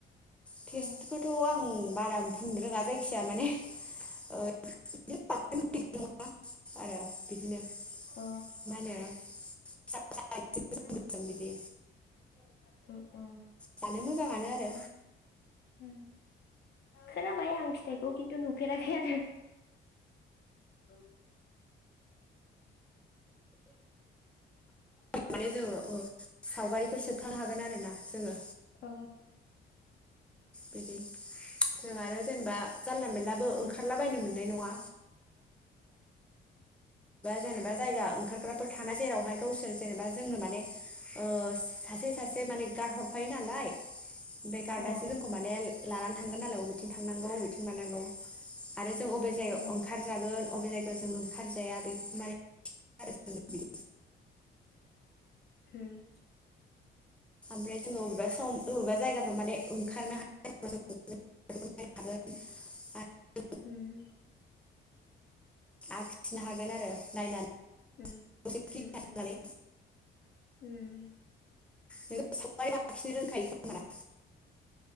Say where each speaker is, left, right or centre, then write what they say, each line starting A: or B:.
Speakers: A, in the centre; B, on the left.
A: टेस्ट
B: अ
A: खौथ' आं बारा बुंनो रोङा जायखिजाया माने ओ आरो बिदिनो
B: औ
A: मा होनो
B: ओमफ्राय
A: फिसा फिसा गोसोम गोसोम
B: उ
A: बिदि
B: उ
A: जानो मोजाङानो आरो
B: उम खोनाबाय आं फिथाइखौ खिन्थु नुफेराखै आरो <inaudible>
A: माने जोङो सावगारिफोर सेबखांनो हागोन आरोना जोङो
B: उम
A: बिदि जों आरो जेनेबा जानला मलाबो ओंखारलाबायनो मोननाय नङा जेनेबा जायगा हाग्राफोर थानायाना जेरावहाय गावसोर जेनेबा जोंनो माने सासे सासे मान गार हरफायो नालाय बे गार्ड
B: उम
A: आसो लानानै थांगोन नालाय बबेथिं थांनांगौ बबेथिं मानांगौ आरो जों अबे जायगायाव
B: उम
A: ओंखारजागोन अबे जायगायाव जों ओंखारजाया बेफोरखौ माने आरो बिदि
B: होम
A: ओमफ्राय जोङो बबेबा सम बबेबा जायगाफ्राव माने ओंखारनो हानायनो हागोन
B: हम
A: आखिनो हागोन आरो नायनानै
B: उम
A: दसे क्लिक
B: उम उम
A: खालामनानै
B: उम
A: <unintelligible> लाखिनो रोंखायो खाम